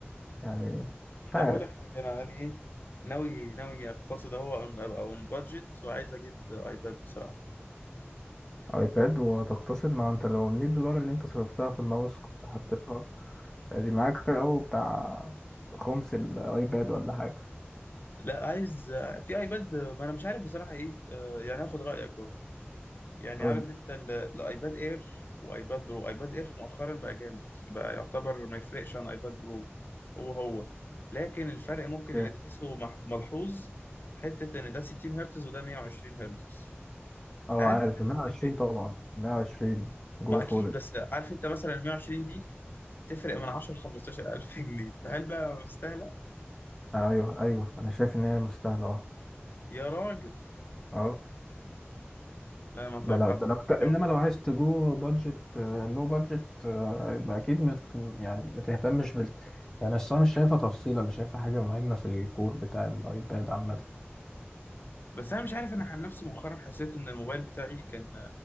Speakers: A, on the left (about 15°); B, on the left (about 50°).
A: يعني مش
B: طب
A: عارف
B: اقول لك حاجه انا يعني ايه ناوي ناوي اقتصد اهو أن- ابقى اون بادجت وعايز اجيب ايباد بصراحه
A: ايباد وهتقتصد ما انت لو ال 100 دولار اللي انت صرفتها في الماوس كنت حطيتها دي معاك او بتاع خمس الايباد ولا حاجة
B: لا عايز في ايباد ما انا مش عارف بصراحه ايه آه، يعني اخد رايك برضه. يعني
A: قول
B: عارف انت ال- الايباد اير وايباد برو ايباد اير مؤخرا بقى جامد بقى يعتبر ما يفرقش عن ايباد برو هو هو لكن الفرق ممكن
A: اوكي
B: اللي تحسه مح- ملحوظ حتة ان ده 60 هرتز وده 120 هرتز فهل
A: اه عارف
B: تحس
A: ال 120
B: ان دي
A: طبعا 120 جو
B: ما اكيد
A: فور
B: بس عارف انت مثلا ال 120 دي تفرق من 10 ل 15 الف جنيه فهل بقى مستاهلة
A: ايوه ايوه انا شايف ان هي مستاهلة اه
B: يا راجل
A: اه
B: لا ما توقعتش
A: ده لو ده لو
B: الجو
A: انما
B: كده.
A: لو عايز تجو بادجت لو بادجت يبقى اكيد مت يعني ما تهتمش بال يعني اصل انا مش شايفه تفصيله انا شايفه حاجه مهمه في الكور بتاع الايباد عامه
B: بس انا مش عارف انا عن نفسي مؤخرا حسيت ان الموبايل بتاعي كان